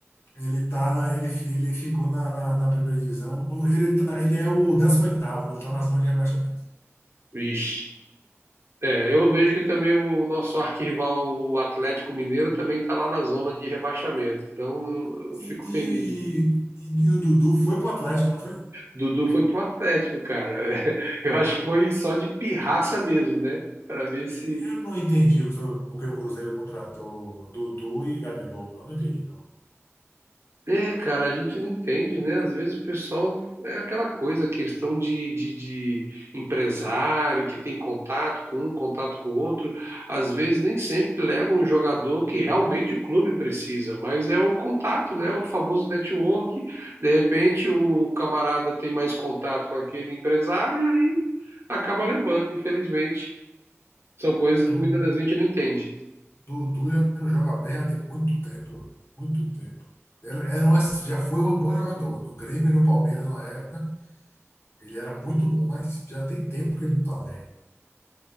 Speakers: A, on the left; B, on the right.
A: Ele tá na, ele, ele ficou na, na, na primeira divisão. Ele, tá, ele é o décimo oitavo ele tá na zona de rebaixamento.
B: Vixe. É, eu vejo que também o nosso arquirrival, o Atlético Mineiro, também está lá na zona de rebaixamento. Então eu eu fico
A: E, e,
B: feliz.
A: e- e o Dudu foi pro Atlético, não foi?
B: Dudu foi pro Atlético, cara. <laughs> Eu acho que foi só de pirraça mesmo, né? Para ver se
A: Eu não entendi o que foi, porque o Cruzeiro contratou Dudu e Gabigol. Eu não entendi, não.
B: É, cara, a gente não entende, né? Às vezes o pessoal é aquela coisa, questão de, de, de empresário que tem contato com um, contato com outro. Às vezes nem sempre leva um jogador que realmente o clube precisa, mas é o contato, né? O famoso network. De repente o camarada tem mais contato com aquele empresário e aí acaba levando, infelizmente. São coisas
A: Era Du-
B: que muitas das vezes a gente não entende.
A: Dudu já não joga bem há tem muito tempo. Muito tempo. Era, era um, já foi um bom jogador. No Grêmio e no Palmeiras, na época, ele era muito bom, mas já tem tempo que ele não está bem.